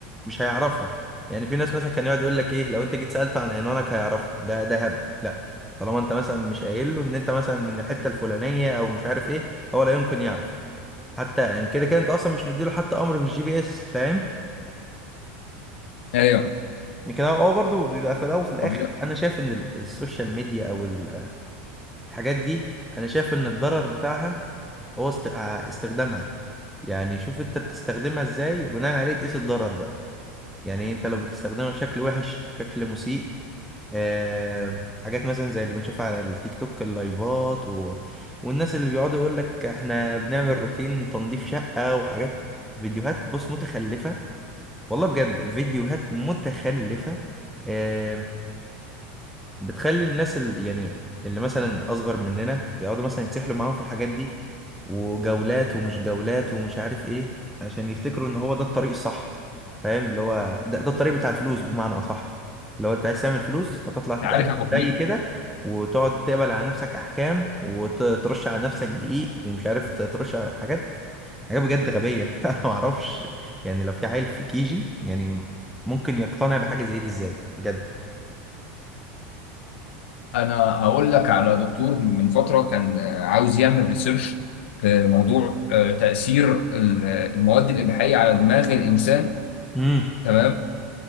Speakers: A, in the centre; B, on the left.
A: مش هيعرفها يعني في ناس مثلا كان يقعد يقول لك إيه لو أنت جيت سألته عن عنوانك هيعرفه ده ده هبد لا طالما أنت مثلا مش قايل له إن أنت مثلا من الحتة الفلانية أو مش عارف إيه هو لا يمكن يعرف حتى يعني كده كده انت اصلا مش مديله حتى امر بالجي بي اس فاهم
B: ايوه
A: لكن هو هو برضه بيبقى في الاول وفي الاخر
B: طب انت
A: انا شايف ان ال- السوشيال ميديا او ال- الحاجات دي انا شايف ان الضرر بتاعها هو است- ع- استخدامها يعني شوف انت بتستخدمها ازاي بناء عليه تقيس الضرر بقى يعني انت لو بتستخدمها بشكل وحش بشكل مسيء آه حاجات مثلا زي اللي بنشوفها على التيك توك اللايفات و... والناس اللي بيقعدوا يقول لك احنا بنعمل روتين تنظيف شقة وحاجات فيديوهات بص متخلفة والله بجد فيديوهات متخلفة آم، بتخلي الناس اللي يعني اللي مثلا أصغر مننا يقعدوا مثلا يتسحلوا معاهم في الحاجات دي وجولات ومش جولات ومش عارف إيه عشان يفتكروا إن هو ده الطريق الصح فاهم اللي هو ده, ده الطريق بتاع الفلوس بمعنى أصح لو أنت عايز تعمل فلوس هتطلع تبقى
B: عارف يا ابو حميد
A: زي كده وتقعد تقبل على نفسك أحكام وترش على نفسك دقيق ومش عارف ترش على حاجات حاجة بجد غبية <laughs> أنا معرفش يعني لو في عيل في كيجي يعني ممكن يقتنع بحاجة زي دي إزاي بجد
B: انا هقول لك على دكتور من فتره كان آه، عاوز يعمل ريسيرش في موضوع آه، تاثير ال- آه، المواد الاباحيه على دماغ الانسان
A: امم
B: تمام